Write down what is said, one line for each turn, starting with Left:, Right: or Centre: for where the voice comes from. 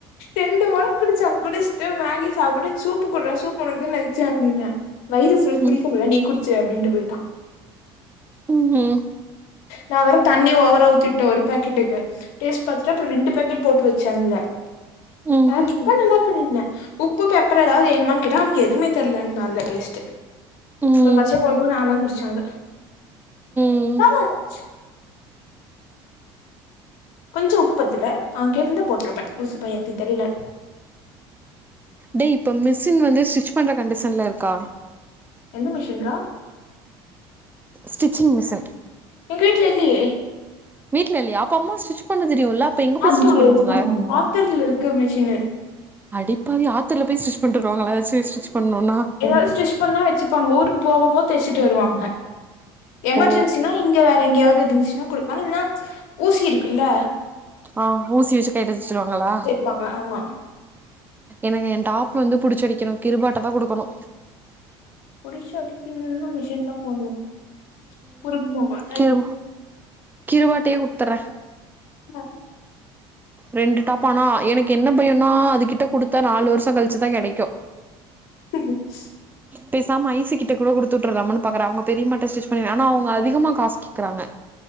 Left: ரெண்டு மொற குடிச்சா குடிச்ட்டு மேகி சாப்பிடு சூப்பு குட்றா சூப்பு உனக்கு தா வைச்சே அப்டின்னே வயிறு ஃபுல் குடிக்க
Right: ம்
Left: முல்ல நீ குடிச்சிரு அப்டின்ட்டு போய்ட்டா
Right: ம்
Left: நா வேற தண்ணி ஓவரா ஊத்தி உட்டே ஒரு பேக்கெட்டுக்கு டேஸ்ட் பாத்துட்டு அப்ரோ ரெண்டு பேக்கெட் போட்டு வச்சே அதுல
Right: ம்
Left: நா இத்தா நல்லா பண்ணியிருந்த உப்பு பெப்பர் ஏதாவது வேணுமான்னு கேட்டா அவனுக்கு எதுமே தெர்லன்னா அந்த டேஸ்ட்டு
Right: ம்
Left: அப்றோ பச்சை போய்தும் நாதா குடிச்சே அத
Right: ம்
Left: நல்லாதா இருந்துச்சு கொஞ்சோ உப்பு பத்துல அவன் கேட்டுருந்தா போட்ருப்பே லூசு பையனுக்கு தெரில
Right: டேய் இப்ப மிஷின் வந்து ஸ்டிச் பண்ற கண்டிஷன்ல இருக்கா
Left: எந்த மிஷின் ரா
Right: ஸ்டிச்சிங் மிஷின்
Left: எங்க வீட்ல இல்லயே
Right: வீட்ல இல்லயா அப்ப அம்மா ஸ்டிச் பண்ண தெரியுல்ல அப்ப எங்க போயி
Left: ஆத்தூரு
Right: ஸ்டிச் பண்ணுவாங்க
Left: ஆத்தூர்ல இருக்கு மிஷினு
Right: அடிப்பாவி ஆத்துல போயி ஸ்டிச் பண்ட்டுவருவாங்களா ஏதாச்சும் ஸ்டிச் பண்ணுன்னா
Left: ஏதாது ஸ்டிச் பண்ணா வச்சிப்பாங்க ஊருக்கு போகும் போது தெச்சுட்டு வருவாங்க எமர்ஜென்சின்னா
Right: ஓ
Left: இங்க வேற எங்கயாவது இருந்துச்சுன்னா குடுப்பாங்க இல்னா ஊசி இருக்குல்ல
Right: ஆ ஊசி வச்சு கைல தெச்சிருவாங்களா
Left: ப்பாங்க ஆமா
Right: எனக்கு என் டாப் வந்து பிடிச்சடிக்கணு கிருபாட்ட தா குடுக்கணு
Left: புடிச்சு அடிக்கணுன்னா மிஷின் தா போட்ணும் குறும்ப வா
Right: கியூ கிருபாட்டயே குடுத்தற்ரே
Left: மா
Right: ரெண்டு டாப் ஆனா எனக்கு என்ன பயோன்னா அது கிட்ட குடுத்தா நாலு வருஷ கழிச்சுதா கெடைக்கு
Left: <unintelligible>
Right: பேசாம ஐசு கிட்ட கூட குடுத்துட்ரலாமான்னு பாக்குறே அவுங்க பெரியமாட்ட ஸ்டிச் பண்ணி ஆனா அவுங்க அதிகமா காஸ் கேக்குறாங்க